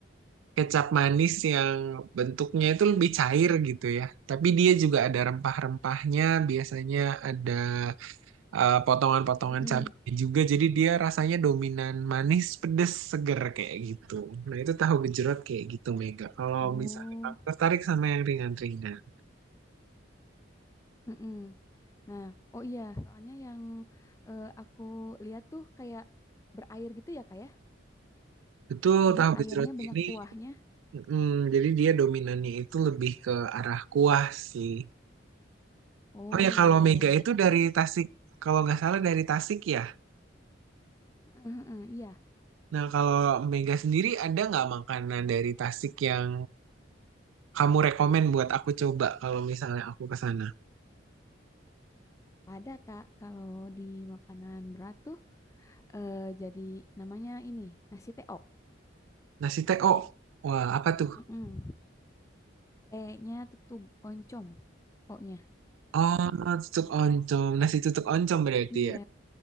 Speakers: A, on the right; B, on the left.
A: kecap manis yang bentuknya itu lebih cair gitu ya. Tapi dia juga ada rempah-rempahnya, biasanya ada eh, potongan-potongan
B: mm-mm.
A: cabenya juga. Jadi dia rasanya dominan manis, pedes, seger kayak gitu. Nah itu tahu gejrot kayak gitu Mega. Kalau
B: Oh.
A: misalnya kamu tertarik sama yang ringan-ringan.
B: mm-mm. Nah oh iya soalnya yang eh, aku lihat tuh kayak berair gitu ya kak ya?
A: Betul,
B: Banyak
A: tahu gejrot
B: airnya, banyak
A: ini.
B: kuahnya.
A: mm, jadi dia dominannya itu lebih ke arah kuah sih.
B: Oh
A: Oh ya
B: iya
A: kalau Mega
B: ya.
A: itu dari Tasik. Kalau nggak salah dari Tasik ya.
B: Heeh, heeh, iya,
A: Nah, kalau Mega sendiri ada nggak makanan dari Tasik yang kamu rekomen buat aku coba kalau misalnya aku ke sana?
B: ada Kak. Kalau di makanan berat tuh eh, jadi namanya ini nasi teo.
A: Nasi teh, oh, wah apa tuh?
B: Heeh. T-nya tutug oncom. O-nya.
A: Oh, tutuk oncom, nasi tutuk oncom berarti
B: Iya,
A: ya.